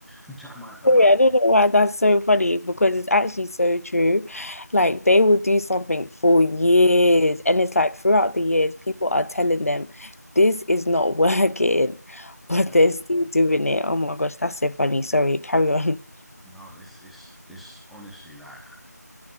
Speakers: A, in the centre; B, on the left.
A: <laughs> am I,
B: Sorry,
A: am I,
B: I don't know why that's so funny because it's actually so true. Like they will do something for years, and it's like throughout the years, people are telling them this is not <laughs> working, but
A: Yeah.
B: they're still doing it. Oh my gosh, that's so funny. Sorry, carry on.
A: no, it's, it's, it's honestly like,